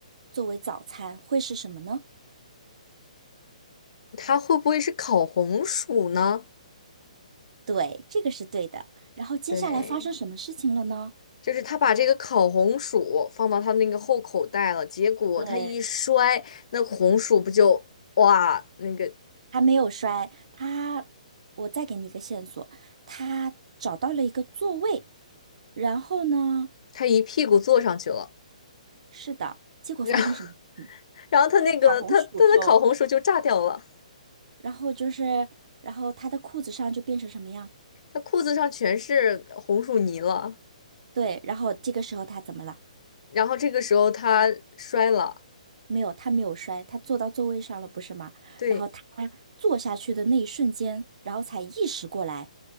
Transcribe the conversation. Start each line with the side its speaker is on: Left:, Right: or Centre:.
Right: 作为早餐，会是什么呢？
Left: 它会不会是烤红薯呢？
Right: 对，这个是对的。然后接下来发生什么事情了呢？
Left: 对，就是他把这个烤红薯放到他那个后口袋了，结果他一摔，
Right: 对，
Left: 那红薯不就哇，那个
Right: 他没有摔，他，我再给你一个线索，他找到了一个座位。然后呢，
Left: 他一屁股坐上去了，
Right: 是的，结果发生什么事情？
Left: 然后 <laughs> 然后他那个他他的烤红薯就炸掉了，
Right: 这个烤红薯就，然后就是，然后他的裤子上就变成什么样？
Left: 他裤子上全是红薯泥了，
Right: 对，然后这个时候他怎么了？
Left: 然后这个时候他摔了，
Right: 没有，他没有摔，他坐到座位上了，不是吗？
Left: 对，
Right: 然后他坐下去的那一瞬间，然后才意识过来。